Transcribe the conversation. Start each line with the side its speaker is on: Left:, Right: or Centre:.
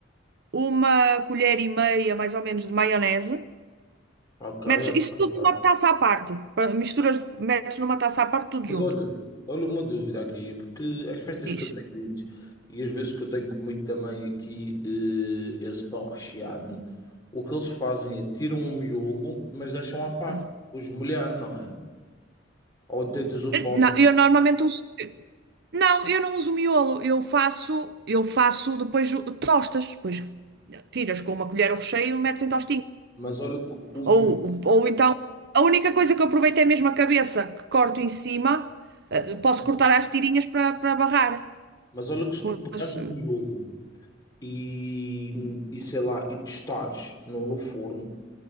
Right: uma colher e meia, mais ou menos, de maionese.
Left: ok,
Right: Metes
Left: ok.
Right: isso tudo numa taça à parte. Pa- Misturas, metes numa taça à parte, tudo
Left: Mas
Right: junto.
Left: olha, olha uma dúvida aqui, porque as festas
Right: Diz.
Left: que eu tenho ido e as vezes que eu tenho comido também aqui eh, esse pão recheado, o que eles fazem é tiram o miolo, mas deixam à parte,
Right: Ah.
Left: os molhar, não é? Ou deitas-o
Right: Eu-
Left: fora,
Right: Não, eu normalmente uso. Não, eu não uso miolo. Eu faço, eu faço depois o- tostas. Depois tiras com uma colher o recheio e metes em tostinhas.
Left: mas olha que o miolo.
Right: Ou, ou então, a única coisa que eu aproveito é mesmo a cabeça, que corto em cima,
Left: ok.
Right: eh, posso cortar às tirinhas para para barrar.
Left: Mas olha que se
Right: Com
Left: tu pegares
Right: esse-
Left: no miolo e, e sei lá, e testares no, no forno.